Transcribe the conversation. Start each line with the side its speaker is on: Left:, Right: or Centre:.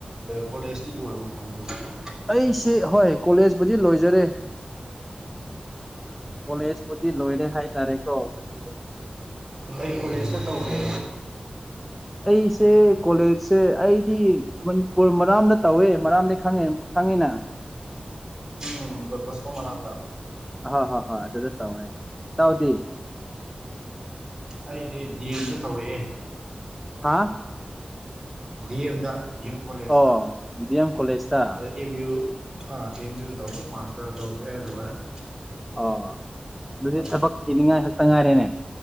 Right: ꯀꯣꯂꯦꯖꯇꯤ ꯂꯣꯏꯔꯕ ꯀꯃꯥꯏꯅ ꯇꯧꯕꯅꯣ
Centre: ꯑꯩꯁꯦ ꯍꯣꯏ ꯀꯣꯂꯦꯖꯄꯨꯗꯤ ꯂꯣꯏꯖꯔꯦ
Right: ꯑ <unintelligible>
Centre: ꯀꯣꯂꯦꯖꯄꯨꯗꯤꯤ ꯂꯣꯏꯔꯦ ꯍꯥꯏꯇꯥꯔꯦꯀꯣ ꯑꯗꯨꯕꯨ
Right: ꯑꯩ ꯀꯣꯂꯦꯖꯇ ꯇꯧꯒꯦ
Centre: ꯑꯩꯁꯦ ꯀꯣꯂꯦꯖꯁꯦ ꯑꯩꯗꯤ ꯃꯅꯤꯄꯨꯔ ꯃꯔꯥꯝꯗ ꯇꯧꯋꯦ ꯃꯔꯥꯝꯗꯒꯤꯩ ꯈꯪꯉꯦ ꯐꯉꯤꯅ
Right: ꯎꯝ ꯗꯣꯟ ꯕꯣꯁꯀꯣ ꯃꯅꯥꯛꯇꯥ
Centre: ꯍ ꯍ ꯍ ꯑꯗꯨꯗ ꯇꯧꯋꯦ ꯇꯥꯎꯗꯤ
Right: ꯑꯩꯗꯤ ꯗꯤ ꯑꯦꯝꯗ ꯇꯧꯔꯛꯑꯦ
Centre: ꯍꯥꯥ
Right: ꯗꯤ ꯑꯦꯝꯗ ꯗꯤ ꯑꯦꯝ ꯀꯣꯂꯦꯖꯇ
Centre: ꯑꯣ ꯗꯤ ꯑꯦꯝ
Right: <unintelligible>
Centre: ꯀꯣꯂꯦꯖꯇ
Right: ꯑꯦꯝ ꯌꯨ ꯑꯥ ꯑꯦꯝ ꯌꯨ ꯇꯧ ꯃꯥꯁꯇꯔ ꯇꯧꯁꯨꯑꯦ ꯂꯣꯏꯔꯦ <unintelligible>
Centre: ꯑꯣ
Right: ꯑꯗꯨꯃꯥꯏꯅ
Centre: ꯑꯗꯨꯗꯤ ꯊꯕꯛ ꯊꯤꯅꯤꯡꯉꯥꯏ ꯈꯛꯇ ꯉꯥꯏꯔꯦꯅꯦ